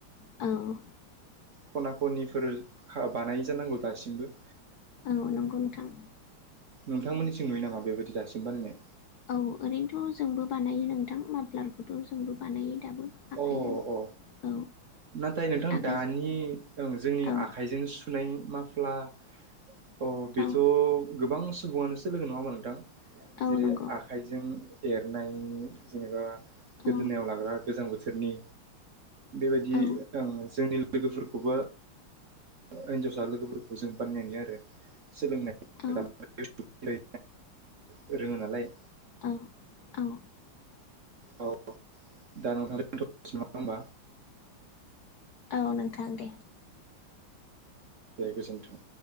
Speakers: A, on the left; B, on the right.
A: औ
B: खना खनिफोर <unintelligible> बानायो जानांगौ दासिमबो
A: औ नंगौ नोंथां।
B: नोंथांमोननिथिं नुयो नामा बेबायदि दासिम बानायनाय?
A: औ ओरैनोथ' जोंबो बानायो नोंथां माफ्लारखौथ' जोंबो बानायो दाबो। आखाइजों
B: अ अ
A: औ
B: नाथाय नोंथां
A: आखाइ
B: दानि जों जोंनि
A: औ
B: आखाइजों सुनाय माफ्ला अ बेथ'
A: औ
B: गोबां सुबुङानो सोलोङो नङा होमबा नोंथां?
A: औ
B: जेरै
A: नंगौ
B: आखाइजों एरनाय जेनेबा गोदोनायाव
A: औ
B: लाग्रा गोजां बोथोरनि बेबायदि
A: औ
B: <unintelligible> जोंनि लोगोफोरखौबो हिनजावसा लोगोफोरखौ जों बानायनाय नुयो आरो। सोलोंनाय
A: औ
B: <unintelligible> रोङो नालाय।
A: औ औ
B: औ दा नोंथां दोनथ'सै ना होमबा।
A: औ नोंथां दे।
B: दे गोनथों।